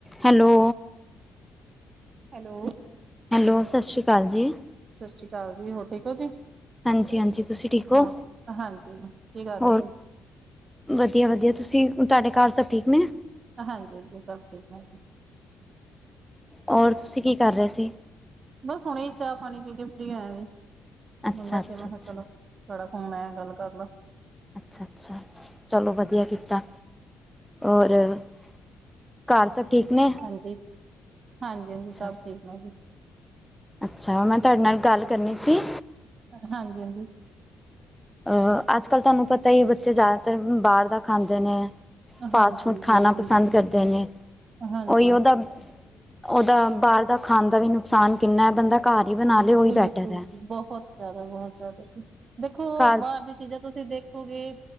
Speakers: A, in the centre; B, on the right (about 45°).
A: Hello!
B: Hello.
A: Hello, ਸਤਿ ਸ਼੍ਰੀ ਅਕਾਲ ਜੀ।
B: ਸਤਿ ਸ਼੍ਰੀ ਅਕਾਲ ਜੀ। ਹੋਰ, ਠੀਕ ਹੋ ਜੀ?
A: ਹਾਂਜੀ-ਹਾਂਜੀ। ਤੁਸੀਂ ਠੀਕ ਹੋ,
B: ਹਾਂ ਹਾਂਜੀ ਕੀ ਕਰ
A: ਹੋਰ?
B: ਰਹੇ ਸੀ
A: ਵਧੀਆ-ਵਧੀਆ। ਤੁਸੀਂ, ਤੁਹਾਡੇ ਘਰ ਸਭ ਠੀਕ ਨੇ?
B: ਹਾਂਜੀ-ਹਾਂਜੀ, ਸਭ ਠੀਕ ਹੈ।
A: ਔਰ, ਤੁਸੀਂ ਕੀ ਕਰ ਰਹੇ ਸੀ?
B: ਬਸ ਹੁਣੇ, ਚਾਹ-ਪਾਣੀ ਪੀਕੇ ਫ੍ਰੀ ਹੋਇਆਂ ਜੀ,
A: ਅੱਛਾ
B: ਹੁਣ ਬੈਠੇ,
A: ਅੱਛਾ
B: ਮੈਂ ਕਿਹਾ
A: ਅੱਛਾ
B: ਚਲੋ ਤਵਾਡਾ ਫੋਨ ਆਇਆ, ਗੱਲ ਕਰਲਾ।
A: ਅੱਛਾ-ਅੱਛਾ, ਚਲੋ ਵਧੀਆ ਕੀਤਾ। ਓਰ---ਘਰ ਸਭ ਠੀਕ ਨੇ?
B: ਹਾਂਜੀ। ਹਾਂਜੀ-ਹਾਂਜੀ,
A: ਅੱਛਾ
B: ਸਭ ਠੀਕ ਨੇ ਜੀ।
A: ਅੱਛਾ। ਮੈਂ, ਤੁਹਾਡੇ ਨਾਲ ਗੱਲ ਕਰਨੀ ਸੀ।
B: ਹਾਂਜੀ-ਹਾਂਜੀ।
A: ਅ ਅੱਜ-ਕੱਲ ਤੁਹਾਨੂੰ ਪਤਾ ਹੀ ਆ, ਬੱਚੇ ਜ਼ਿਆਦਾਤਰ ਬਾਹਰ ਦਾ ਖਾਂਦੇ ਨੇ ਫਾਸਟ-ਫੂਡ
B: ਹਾਂਜੀ
A: ਖਾਣਾ
B: ਬਿਲਕੁਲ
A: ਪਸੰਦ ਕਰਦੇ ਨੇ।
B: ਹਾਂਜੀ
A: ਉਹੀ ਓਹਦਾ ਉਹਦਾ ਬਾਹਰ ਦਾ ਖਾਣ ਦਾ ਵੀ ਨੁਕਸਾਨ ਕਿੰਨਾ ਐ, ਬੰਦਾ ਘਰ ਹੀ ਬਣਾਲੇ
B: ਬਿਲਕੁਲ
A: ਉਹੀ ਬੈਟਰ ਹੈ।
B: ਜੀ, ਬਹੁਤ ਜ਼ਿਆਦਾ, ਬਹੁਤ ਜ਼ਿਆਦਾ ਜੀ, ਦੇਖੋ
A: ਘਰ
B: ਬਾਹਰ ਦੀਆਂ ਚੀਜ਼ਾਂ ਤੁਸੀਂ ਦੇਖ ਹੋ ਗਏ,